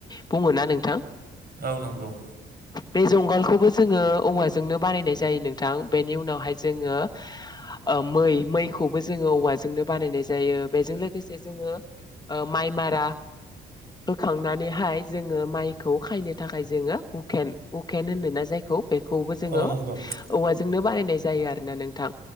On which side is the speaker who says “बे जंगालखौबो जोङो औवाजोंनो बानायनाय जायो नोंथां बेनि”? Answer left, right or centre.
Left